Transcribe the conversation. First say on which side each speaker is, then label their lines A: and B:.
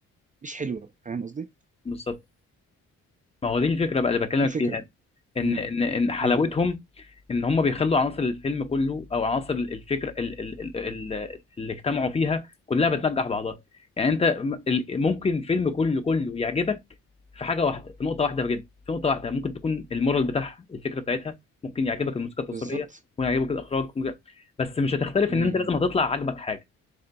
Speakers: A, on the right; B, on the left.
A: مش حلوه فاهم قصدي؟ دي
B: بالظبط ما هو دي الفكره بقى اللي بكلمك
A: الفكره
B: فيها ان
A: امم
B: ان ان حلاوتهم
A: امم
B: ان هم بيخلوا عناصر الفيلم كله او عناصر الفكره ال- ال- ال- ال- اللي اجتمعوا فيها كلها بتنجح بعضها يعني انت م- ال- ممكن الفيلم كله كله يعجبك في حاجه واحده في نقطه واحده بجد في نقطه واحده ممكن تكون المورال بتاعها الفكره بتاعتها ممكن يعجبك الموسيقى التصويريه
A: بالظبط
B: ممكن يعجبك الاخراج ممكن... بس مش هتختلف
A: امم
B: ان انت لازم هتطلع عاجبك حاجه